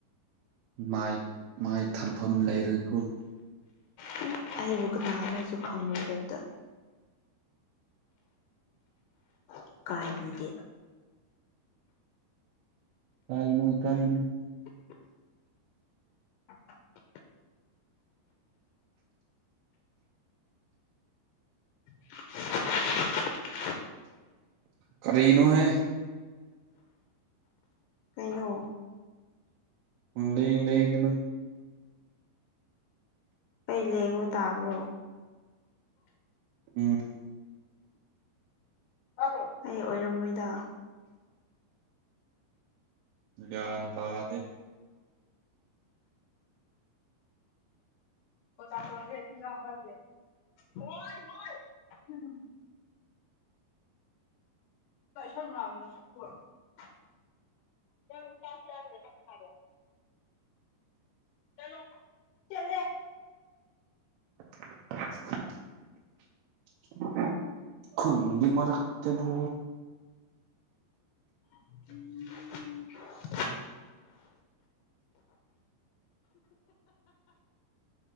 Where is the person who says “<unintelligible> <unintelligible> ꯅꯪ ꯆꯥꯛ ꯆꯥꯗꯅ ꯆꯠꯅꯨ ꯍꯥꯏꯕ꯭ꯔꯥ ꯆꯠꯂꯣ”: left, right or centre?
Left